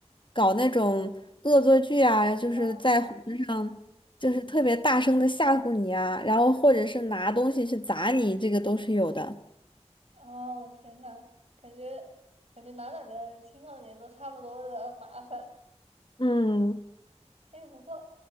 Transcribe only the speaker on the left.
搞那种恶作剧啊，就是在火车上就是特别大声的吓唬你啊，
然后或者是拿东西去砸你，这个都是有的。
嗯，